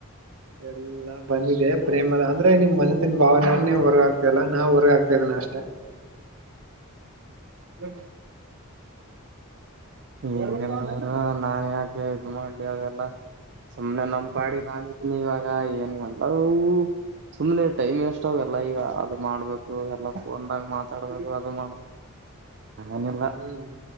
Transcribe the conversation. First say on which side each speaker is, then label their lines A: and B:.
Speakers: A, on the right; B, on the right.
A: ಎಲ್ಲಾ ಬಂದಿದೆ ಪ್ರೇಮದ ಅಂದ್ರೆ ನಿಮ್ ಮನಸ್ಸಿನ ಭಾವನೆೇ ನಿವ ಬರ ತೇಲ್ಲ ನಾ ಹೊರಗ ಹಾಕ್ತಾ ಇದ್ನ ಅಷ್ಟೇ
B: <inaudible> <unintelligible> ನಾ ಯಾಕ ಇದ ಮಾಡ್ಲಿ ಅದೆಲ್ಲ ಸುಮ್ನೆ ನಂಪಾಡಿ
A: ಹ್ಮ್ ಹ್ಮ್
B: ನಾನ ಇವಾಗ ಏನ್ ಅಲ ಓ ಸುಮ್ನೆ ಟೈಮ್ ವೇಸ್ಟ್ ಅವ ಎಲ್ಲ ಈಗ ಅದ ಮಾಡ್ಬೇಕು ಎಲ್ಲ ಫೋನದಾಗ ಮಾತಾಡ್ಬೇಕು ಅದು ಮಾಡ್ ಏನಿಲ್ಲ
A: ಹ್ಮ್